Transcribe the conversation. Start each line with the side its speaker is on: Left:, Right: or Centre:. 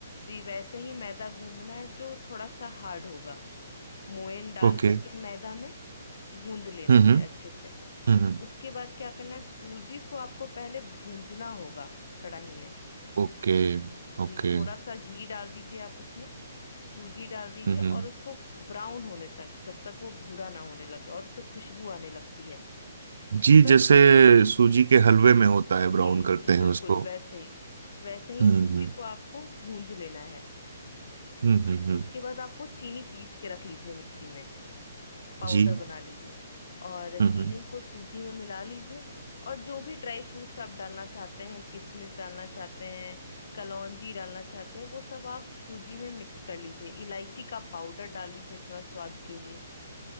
Left: जी वैसे ही मैदा गूंदना है जो थोड़ा सा हार्ड होगा मोयन डाल
Right: ओके
Left: करके मैदा में गूंद लेना
Right: हम्म
Left: है
Right: हम्म
Left: अच्छे से
Right: हम्म हम्म।
Left: उसके बाद क्या करना है सूजी को आपको पहले भूंजना होगा कढ़ाई में
Right: ओके ओके हम्म
Left: जी थोड़ा
Right: okay,
Left: सा घी डाल दीजिए आप उसमें सूजी डाल दीजिए
Right: okay, हम्म,
Left: और उसको ब्राउन होने तक जब तक वो भूरा ना होने लगे और उससे खुशबू आने लगती है
Right: जी
Left: तब तक
Right: जैसे सूजी के हलवे में होता
Left: जी
Right: है ब्राउन करते
Left: जी
Right: हैं
Left: बिल्कुल
Right: उसको
Left: वैसे ही वैसे ही
Right: हम्म
Left: सूजी
Right: हम्म
Left: को आपको भूंज लेना है
Right: हम्म हम्म हम्म,
Left: उसके बाद आपको चीनी पीस के रख लीजिए मिक्सी में पाउडर
Right: जी
Left: बना लीजिए और
Right: हम्म
Left: चीनी
Right: हम्म
Left: को सूजी में मिला लीजिए और जो भी ड्राई फ्रूट्स आप डालना चाहते हैं किशमिश डालना चाहते हैं कलौंजी डालना चाहते हैं वो सब आप सूजी में मिक्स कर लीजिए इलायची का पाउडर डाल लीजिए थोड़ा स्वाद के लिए